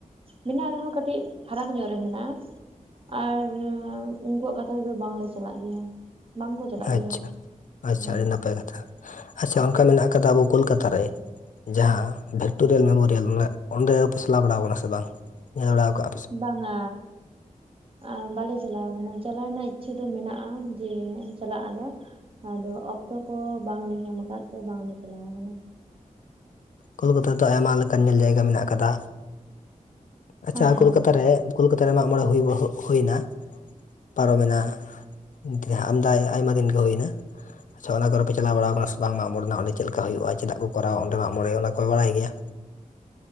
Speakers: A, on the right; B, on the left.
A: ᱢᱮᱱᱟᱜ ᱨᱮᱦᱚᱸ ᱠᱟᱹᱴᱤᱡ ᱯᱷᱟᱨᱟᱠ ᱧᱚᱜ ᱨᱮ ᱢᱮᱱᱟᱜᱼᱟ, ᱟᱨ ᱮᱸᱩᱱᱠᱩᱣᱟᱜ ᱠᱟᱛᱷᱟ ᱛᱮᱫᱚ ᱵᱟᱝᱞᱮ ᱪᱟᱞᱟᱜ ᱜᱮᱭᱟ᱾ ᱵᱟᱝᱠᱚ ᱪᱟᱞᱟᱜ
B: ᱟᱪᱷᱟ
A: ᱜᱮᱭᱟ᱾
B: ᱟᱪᱷᱟ
A: ᱦᱩᱸ
B: ᱟᱹᱰᱤ ᱱᱟᱯᱟᱭ ᱠᱟᱛᱷᱟ, ᱟᱪᱷᱟ ᱚᱱᱠᱟ ᱢᱮᱱᱟᱜ ᱠᱟᱫᱟ ᱟᱵᱚ ᱠᱳᱞᱠᱟᱛᱟ ᱨᱮ, ᱡᱟᱦᱟᱸ ᱵᱷᱤᱠᱠᱴᱳᱨᱤᱭᱟᱞ ᱢᱮᱢᱳᱨᱤᱭᱟᱞ ᱚᱸᱰᱮ ᱪᱟᱞᱟᱣ ᱵᱟᱲᱟ ᱟᱠᱟᱱᱟ ᱯᱮᱥᱮ ᱵᱟᱝ? ᱧᱮᱞ ᱵᱟᱲᱟ ᱠᱟᱜ
A: ᱵᱟᱝ-ᱟ, ᱟᱸ ᱵᱟᱞᱮ ᱪᱟᱞᱟᱣ ᱠᱟᱱᱟ ᱪᱟᱞᱟᱣ ᱨᱮᱱᱟᱜ ᱤᱪᱪᱷᱟᱹ ᱫᱚ ᱢᱮᱱᱟᱜᱼᱟ, ᱡᱮ ᱪᱟᱞᱟᱜ ᱟᱞᱮ᱾ ᱟᱫᱚ ᱚᱠᱛᱚ ᱠᱚ ᱵᱟᱝᱞᱮ ᱧᱟᱢ ᱟᱠᱟᱫ ᱛᱮ ᱵᱟᱝᱞᱮ ᱪᱟᱞᱟᱣ ᱟᱠᱟᱱᱟ᱾
B: ᱠᱳᱞᱠᱟᱛᱟ ᱨᱮᱫᱚ ᱟᱭᱢᱟ ᱞᱮᱠᱟᱱ ᱧᱮᱞ ᱡᱟᱭᱜᱟ ᱢᱮᱱᱟᱜ ᱟᱠᱟᱫᱟ᱾ ᱟᱪᱪᱷᱟ
A: ᱦᱮᱸ᱾
B: ᱠᱳᱞᱠᱟᱛᱟ ᱨᱮ ᱠᱳᱞᱠᱟᱛᱟ ᱨᱮ ᱢᱟᱜᱽ ᱢᱚᱬᱮ ᱦᱩᱜ ᱦᱩᱭ ᱦᱩᱭᱱᱟ ᱯᱟᱨᱚ ᱢᱮᱱᱟ ᱡᱟᱦᱟᱸ ᱟᱢᱫᱟᱭ ᱟᱭᱢᱟ ᱫᱤᱱ ᱜᱮ ᱦᱩᱭ ᱮᱱᱟ᱾ ᱟᱪᱪᱷᱟ ᱚᱱᱟ ᱠᱚᱨᱮ ᱯᱮ ᱪᱟᱞᱟᱣ ᱵᱟᱲᱟᱣ ᱟᱠᱟᱱᱟ ᱥᱮ ᱵᱟᱝ ᱢᱟᱜᱽ-ᱢᱚᱬ ᱪᱮᱫ ᱞᱮᱠᱟ ᱦᱩᱭᱩᱜᱼᱟ ᱪᱮᱫᱟᱜ ᱠᱚᱨᱟᱣᱟ ᱚᱸᱰᱮ-ᱟᱜ ᱢᱟᱜᱽ-ᱢᱚᱬᱮ ᱚᱱᱟ ᱠᱚ ᱵᱟᱲᱟᱭ ᱜᱮᱭᱟ?